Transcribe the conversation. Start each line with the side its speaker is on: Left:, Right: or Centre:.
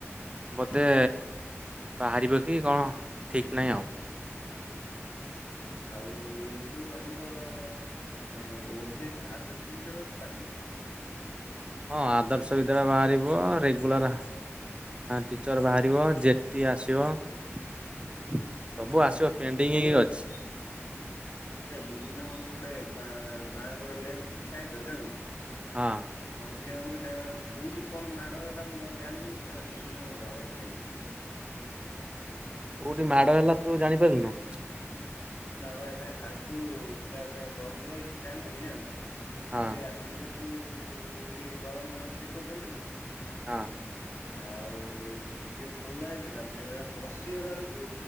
Right: ବୋଧେ ବାହାରିବ କି କଣ ଠିକ ନାହିଁ ଆଉ।
Left: ଆଉ ଏଇ ଯୋଉ ଆମର ଓଭିସ୍ ଆଦର୍ଶ ବିଦ୍ୟାଳୟରେ ପାରିବ।
Right: ହଁ ଆଦର୍ଶ ବିଦ୍ୟାଳୟ ବାହାରିବ ରେଗୁଲାର ଟିଚର ବାହାରିବ ଆଃ ଜେଟି ଆସିବ ସବୁ ଆସିବ। ପେନଣ୍ଡି
Left: ମୋର
Right: ହେଇକି ଅଛି।
Left: ଦି ଦିନ ହବର ମୋର ଗୋଟେ ବାଁ ବାଁ ଗୋଟ ଲେ୍ଟ ସାଇଡ ର ଜାଣିଲୁ।
Right: ହଁ।
Left: ଝିଅଙ୍କୁଠ କୋଉଠି କଣ ମାଡ ହେଲା ମୁଁ ଆଉ ଜାଣିନି ସେ ଦି ଦିନଙ୍କ ଦରଜ ହେଇ। <unintelligible>
Right: କଉଠି ମା ହେଲା ତୁ ଜାଣିପାରୁନୁ?
Left: ନା ବା ଏବେ କାଲିଠୁ ପୁରା ଏକ ଦରଜ ରହିଛି ସେ ଆଙ୍ଗୁଠି <unintelligible>
Right: ହଁ
Left: କାଲି ରାତିରେ ତାକୁ ଟିକେ ଗରମ ପାଣି ସେକ କଲି।
Right: ହଁ।
Left: ଆଉ ଟିକେ ଭଲ ହୋଇଥିଲା ଫ ବସିଗଲା ବେଳକୁ